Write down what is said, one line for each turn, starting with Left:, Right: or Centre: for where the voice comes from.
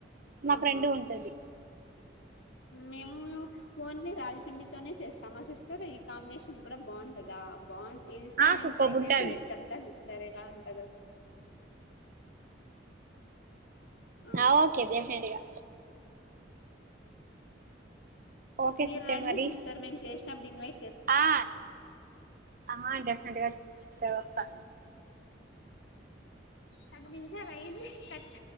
Right: మాకు
Left: ఆహా
Right: రెండు ఉంటది
Left: మేము ఓన్లీ రాగిపిండితోనే చేస్తామా సిస్టర్ ఈ కాంబినేషన్ కూడా బావుంటదా బా ఈదిసార్
Right: ఆ
Left: నేను
Right: సూపర్బ్
Left: ట్రై
Right: ఉంటది
Left: చేసి నీకు చెప్తా సిస్టర్ ఎలా ఉంటదో ఆ
Right: నా ఓకే డెఫనెంట్ గా ఓకే
Left: మీరు
Right: సిస్టర్
Left: రండి
Right: మరి
Left: సిస్టర్ మేము చేసినప్పుడు ఇన్వె
Right: ఆ అమ్మ డెఫెట్గాస్తాగా సిస్టర్ వస్తా
Left: పది నిమిషాలాలైంది హి కచ్చ